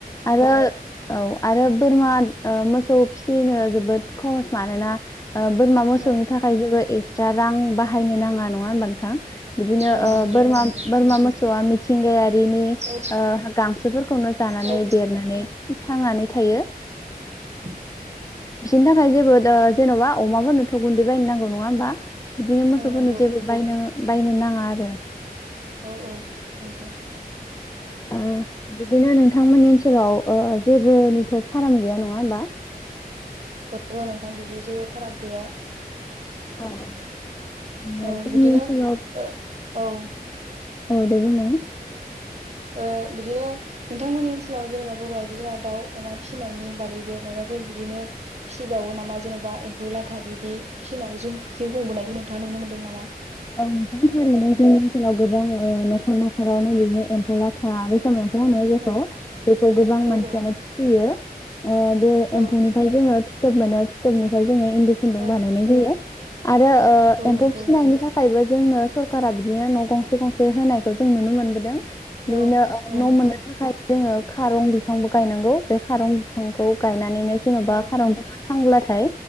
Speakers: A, on the left (about 20°); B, on the right (about 45°).
A: आरो औ आरो बोरमा ओ मोसौ फिसिनो जोबोद खहस मानोना ओ बोरमा मोसौनि
B: औ
A: थाखाय जोङो ए जा रां बाहायनो नाङा नङा होमबा नोंथां? बिदिनो
B: औ
A: ओ
B: नंगौ
A: बोरमा-बोरमा
B: नंगौ
A: मोसौआ मिथिंगायारिनि
B: औ
A: ओ गांसोफोरखौनो जानानै
B: औ
A: देरनानै थांनानै थायो।
B: <inaudible>
A: बिसोरनि थाखाय जेबो दा जेन'बा अमाफोरनोथ' गुन्दै बायनो नांगौ नङा होमबा? बिदिनो मोसौफोरनो
B: औ नंगौ
A: जेबो बायनो बायनो नाङा आरो
B: औ-औ नंगौ,
A: ओ बिदिनो नोंथांमोननि ओनसोलाव ओ ओ जेबो निथ' फार्म गैया नङा होमबा?
B: नंगौ नोंथां बिदि जेबो फाराग गैया।
A: औ जोंनि
B: औ बिदिनो
A: ओनसोलाव
B: ओ औ ।
A: औ दे बुंनाय ।
B: ओ बिदिनो नोंथांमोननि ओनसोलाव जेनेबा बर' आइजोफोरा दाउ अमा फिसिनायनि बागैबो मायबाफोर बिदिनो फिसिबावो नामा जेन'बा एम्फौ लाथा बिदि । फिनानै जोंख जिउ खुंबोनायखौ नों थाङा नुनो मोनदों नामा?
A: औ नोंथां थारैनो जों ओनसोलाव गोबां ओ न'खर न'खरावनो बिदिनो एम्फौ लाथा बे समायाव फानो जेखौ
B: औ
A: गोबां
B: औ
A: मानसियानो
B: औ
A: फिसियो । ओ बे एम्फौनिफाय
B: औ
A: जोङो फिद थोब मोनो फिथोबनि फाय जोङो इन्दि खुन्दुं
B: औ
A: बानायनाय जायो । आरो ओ
B: औ
A: एम्फौ
B: नंगौ
A: फिसिनायनि थाख बो जोंनो सरकारा बिदिनो न' गंसे गंसे होनायखौ जों नुनो मोनबोदों । बिदिनो
B: औ
A: ओ
B: औ
A: न'
B: नंगौ
A: मोननो थाखाय जोङो । खारं बिफांबो गायनांगौ बे खारं बिफांखौ गायना नानैनो जेनबा
B: औ
A: खारं बिफांआ थांब्लाथाय